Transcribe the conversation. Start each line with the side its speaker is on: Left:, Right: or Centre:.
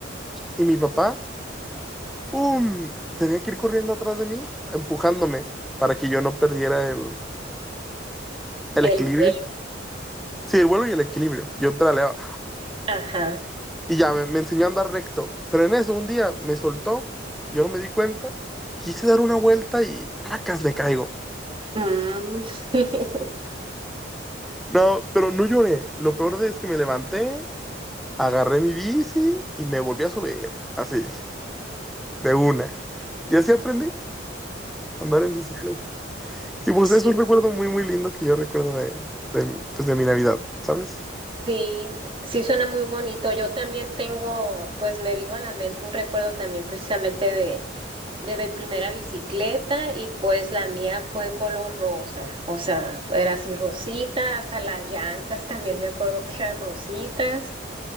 Centre: y mi papá ¡Fum! Tenía que ir corriendo atrás de mí, empujándome, para que yo no perdiera el, el
Right: el
Centre: equilibrio.
Right: vuelo,
Centre: Sí, el vuelo y el equilibrio. Yo pedaleaba.
Right: ajá.
Centre: Y ya me, me enseñó a andar recto. Pero en eso un día me soltó, yo no me di cuenta, quise dar una vuelta y ¡placas! le caigo.
Right: Mm. <laughs>
Centre: No, pero no lloré. Lo peor de es que me levanté, agarré mi bici y me volví a subir. Así, de una. Y así aprendí a andar en bicicleta. Y pues
Right: Sí,
Centre: es un recuerdo muy, muy lindo que yo recuerdo de, de, pues, de mi Navidad, ¿sabes?
Right: sí, sí suena muy bonito. Yo también tengo, pues me vino a la mente un recuerdo también precisamente de. de mi primera bicicleta y pues la mía fue color rosa, o sea, fue- era así rosita, hasta las llantas también me acuerdo que eran rositas,